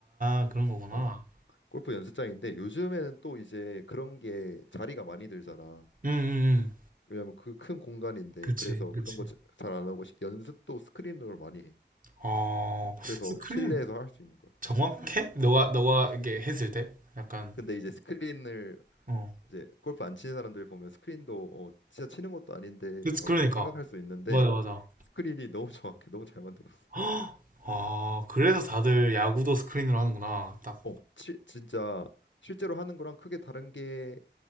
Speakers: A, on the right (about 45°); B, on the left (about 80°).
A: 아, 그런 거구나.
B: 어, 골프 연습장인데 요즘에는 또 이제 그런 게 자리가 많이 들잖아.
A: 응, 응, 응.
B: 왜냐면 그 큰 공간인데
A: 그치,
B: 그래서
A: 그치.
B: 그런 거 잘 안 하고 시- 연습도 스크린으로 많이 해.
A: 어, 스크린
B: 그래서 실내에서 할 수 있는 거야.
A: 정확해?
B: 어.
A: 너가, 너가 이렇게 했을 때? 약간,
B: 근데 이제 스크린을
A: 어.
B: 이제 골프 안 치는 사람들 보면 스크린도 어, 진짜 치는 것도 아닌데
A: 그치,
B: 막
A: 그러니까.
B: 그렇게 생각할 수 있는데
A: 맞아, 맞아.
B: 스크린이 <laughs> 너무 정확해, 너무 잘 만들었어.
A: 헉! 아, 그래서
B: 어,
A: 다들 야구도 스크린으로 하는구나. 딱.
B: 어, 치, 진짜 실제로 하는 거랑 크게 다른 게